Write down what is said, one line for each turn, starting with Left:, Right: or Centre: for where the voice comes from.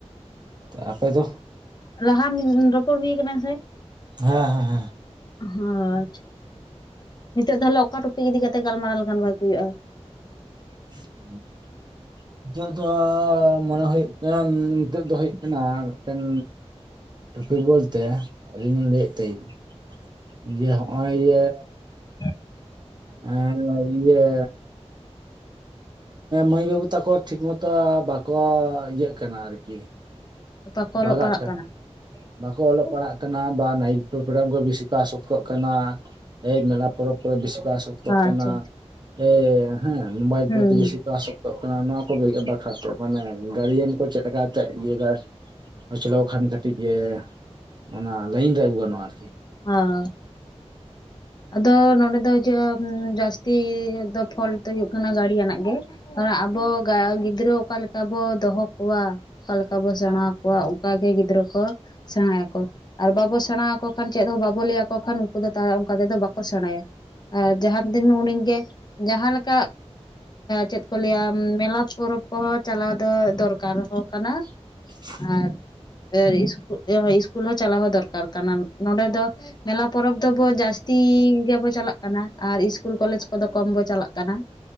Right: ᱟᱯᱮ ᱫᱚ?
Left: ᱞᱟᱦᱟ ᱨᱚᱯᱚᱲ ᱦᱩᱭ ᱠᱟᱱᱟ ᱥᱮ
Right: ᱦᱮᱸ ᱦᱮᱸ ᱦᱮᱸ
Left: ᱟᱪᱪᱷᱟ ᱱᱤᱛᱚᱜ ᱛᱟᱦᱞᱮ ᱚᱠᱟ ᱴᱚᱯᱤᱠ ᱤᱫᱤ ᱠᱟᱛᱮ ᱜᱟᱞᱢᱟᱨᱟᱣ ᱞᱮᱠᱷᱟᱱ ᱵᱷᱟᱜᱤ ᱦᱩᱭᱩᱜᱼᱟ
Right: <unintelligible> ᱫᱚ ᱢᱚᱱᱮ ᱦᱩᱭᱩᱜ ᱠᱟᱱᱟ ᱱᱤᱛᱚᱜ ᱫᱚ ᱦᱩᱭᱩᱜ ᱠᱟᱱᱟ ᱢᱤᱫᱴᱮᱱ ᱴᱚᱯᱤᱠ ᱵᱚᱞᱛᱮ ᱟᱹᱞᱤᱧ ᱞᱤᱧ ᱞᱟᱹᱭᱮᱫ ᱛᱟᱦᱮᱫ ᱤᱭᱟᱹ ᱦᱚᱸᱜᱼᱚᱭ ᱤᱭᱟᱹ
Left: ᱦᱮᱸ
Right: ᱟ ᱤᱭᱟᱹ ᱢᱟᱹᱭ ᱵᱟᱹᱵᱩ ᱛᱟᱠᱚ ᱴᱷᱤᱠ ᱢᱚᱛᱚ ᱵᱟᱠᱚ ᱤᱭᱟᱹᱜ ᱠᱟᱱᱟ ᱟᱨᱠᱤ
Left: ᱚᱠᱟ ᱠᱚ ᱚᱞᱚᱜ
Right: ᱵᱷᱟᱜᱟᱜ
Left: ᱯᱟᱲᱦᱟᱜ
Right: ᱠᱟᱱᱟ ᱵᱟᱠᱚ ᱚᱞᱚᱜ
Left: ᱟᱪᱪᱷᱟ
Right: ᱯᱟᱲᱦᱟᱜ ᱠᱟᱱᱟ ᱵᱟ ᱱᱟᱭᱤᱴ ᱯᱨᱳᱜᱨᱟᱢ ᱠᱚ ᱵᱤᱥᱤ ᱠᱚ ᱟᱥᱚᱠᱛᱚᱜ ᱠᱟᱱᱟ ᱮ ᱢᱮᱞᱟ ᱯᱚᱨᱚᱵᱽ ᱠᱚᱨᱮ ᱵᱮᱥᱤ ᱠᱚ ᱟᱥᱚᱠᱛᱚᱜ ᱠᱟᱱᱟ
Left: ᱟᱪᱪᱷᱟ
Right: ᱮ ᱦᱮᱸ ᱢᱳᱵᱟᱭᱤᱞ
Left: ᱦᱩᱸ
Right: ᱯᱚᱛᱤ
Left: ᱦᱩᱸ
Right: ᱵᱮᱥᱤ ᱠᱚ ᱟᱥᱚᱠᱛᱼᱼ ᱱᱚᱣᱟ ᱠᱚ ᱵᱟᱠᱷᱨᱟ ᱛᱚ ᱢᱟᱱᱮ ᱜᱟᱲᱭᱟᱱ ᱠᱚ ᱪᱮᱫ ᱞᱮᱠᱟᱠᱟᱛᱮ ᱤᱭᱟᱹ ᱪᱟᱞᱟᱣ ᱠᱷᱟᱱ ᱠᱟᱹᱴᱤᱡ ᱜᱮ ᱚᱱᱟ ᱞᱟᱭᱤᱱ ᱨᱮ ᱟᱹᱜᱩ ᱜᱟᱱᱚᱜᱼᱟ ᱟᱨᱠᱤ
Left: ᱦᱚᱸ ᱟᱫᱚ ᱱᱚᱰᱮ ᱫᱚ <unintelligible> ᱡᱟᱹᱥᱛᱤ ᱫᱚ ᱯᱷᱚᱞᱴ ᱫᱚ ᱦᱩᱭᱩᱜ ᱠᱟᱱᱟ ᱜᱟᱰᱤᱭᱟᱱᱟᱜ ᱜᱮ ᱠᱟᱨᱚᱱ ᱟᱵᱚ ᱜᱤᱫᱽᱨᱟᱹ ᱚᱠᱟ ᱚᱠᱟ ᱞᱮᱠᱟ ᱵᱚ ᱫᱚᱦᱚ ᱠᱚᱣᱟ ᱚᱠᱟ ᱞᱮᱠᱟ ᱵᱚ ᱥᱮᱬᱟ ᱟᱠᱚᱣᱟ ᱚᱱᱠᱟ ᱜᱮ ᱜᱤᱫᱽᱨᱟᱹ ᱠᱚ ᱥᱮᱬᱟᱭᱟᱠᱚ᱾ ᱟᱨ ᱵᱟᱵᱚ ᱥᱮᱬᱟ ᱟᱠᱚ ᱠᱷᱟᱱ ᱪᱮᱫ ᱦᱚᱸ ᱵᱟᱵᱚ ᱞᱟᱹᱭ ᱟᱠᱚ ᱠᱷᱟᱱ ᱩᱱᱠᱩ ᱫᱚ ᱛᱟᱦᱚᱞᱮ ᱚᱱᱠᱟ ᱛᱮᱫᱚ ᱵᱟᱠᱚ ᱥᱮᱬᱟᱭᱟ᱾ ᱟᱨ ᱡᱟᱦᱟᱸ ᱛᱤᱱ ᱩᱱᱤᱜ ᱜᱮ ᱡᱟᱦᱟᱸᱞᱮᱠᱟ ᱪᱮᱫ ᱠᱚ ᱞᱟᱹᱭᱟ ᱢᱮᱞᱟ ᱯᱚᱨᱼᱼ ᱯᱚᱨᱚᱵᱽ ᱠᱚᱦᱚᱸ ᱪᱟᱞᱟᱣ ᱫᱚ ᱫᱚᱨᱠᱟᱨ ᱦᱚᱸ ᱠᱟᱱᱟ᱾
Right: ᱻ <unintelligible>
Left: ᱟᱨ <unintelligible> ᱥᱠᱩᱞ ᱦᱚᱸ ᱪᱟᱞᱟᱣ ᱦᱚᱸ ᱫᱚᱨᱠᱟᱨ ᱠᱟᱱᱟ ᱱᱚᱰᱮ ᱫᱚ ᱢᱮᱞᱟ ᱯᱚᱨᱚᱵᱽ ᱫᱚᱵᱚ ᱡᱟᱹᱥᱛᱤ ᱡᱟᱥᱛᱤ ᱜᱮᱵᱚ ᱪᱟᱞᱟᱜ ᱠᱟᱱᱟ ᱟᱨ ᱤᱥᱠᱩᱞ ᱠᱚᱞᱮᱡᱽ ᱠᱚᱫᱚ ᱠᱚᱢ ᱵᱚ ᱪᱟᱞᱟᱜ ᱠᱟᱱᱟ᱾